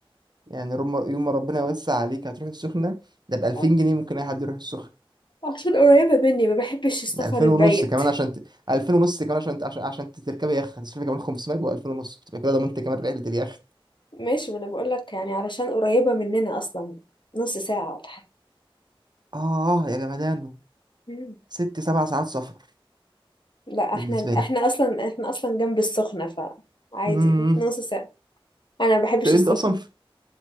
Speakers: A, on the right; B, on the left.
A: يعني رم... يوم ما ربنا يوسع عليك هتروحي السخنه ده ب 2000
B: آه،
A: جنيه ممكن اي حد يروح السخنه
B: عشان قريبه مني ما بحبش السفر
A: 2000
B: البعيد
A: ونص كمان عشان ت... 2000 ونص كمان عشان ت... عشان عشان تركبي يخت هتصرفي كمان 500 يبقى 2000 ونص بتبقى كده ضمنت كمان رحله اليخت
B: ماشي ما انا بقول لك يعني علشان قريبه مننا اصلا نص ساعه ولا حاجه
A: آه يا جمدانه
B: مم.
A: ست سبع ساعات سفر
B: لا
A: بالنسبة
B: احنا
A: لي
B: احنا اصلا احنا اصلا جنب السخنه فعادي
A: امم
B: نص ساعه انا ما بحبش
A: طب أنت
B: السفر
A: أصلا ف-